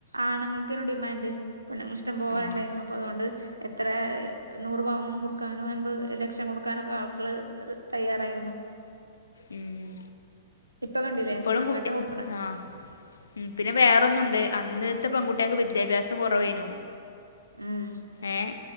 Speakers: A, on the right; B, on the left.
A: ആണുങ്ങൾക്കെന്ന ഡിമാൻഡ് പെണ്ണുങ്ങള് ഇഷ്ടം പോലെ
B: ആഹ്
A: ഉണ്ടായിന്നു അപ്പോ അതുകൊണ്ട് എത്രേ നൂറ് പവും കൊടുക്കാനും അൻപത് ലക്ഷം കൊടുക്കാനൊക്ക ആൾക്കള് ത്‌റ് തയ്യാറായിരുന്നു
B: ഉം
A: ഇപ്പൊ കണ്ടില്ലേ
B: ഇപ്പോളും
A: അങ്ങട്ടാ
B: കുട്ടി
A: കൊടുക്കണെ
B: ആഹ് ഉം പിന്നെ വേറ ഒന്നുണ്ട് അന്ന്ത്തെ പെങ്കുട്ടികക്ക് വിദ്യാഭ്യാസം കൊറവേനു
A: ഉം
B: ഏഹ്